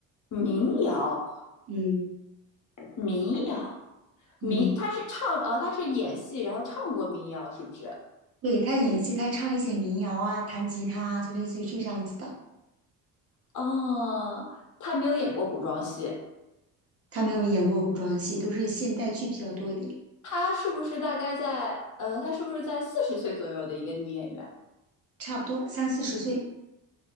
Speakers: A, on the left (about 55°); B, on the right (about 40°).
A: 民谣，
B: 嗯
A: 民谣，
B: 嗯，
A: 民，她是唱哦，她是演戏，然后唱过民谣是不是？
B: 对，她演戏，她唱一些民谣啊，弹吉他啊，就类似于这样子的。
A: 哦，她没有演过古装戏，
B: 她没有演过古装戏，都是现代剧比较多一点。
A: 她是不是大概在呃，她是不是在四十岁左右的一个女演员？
B: 差不多三四十岁，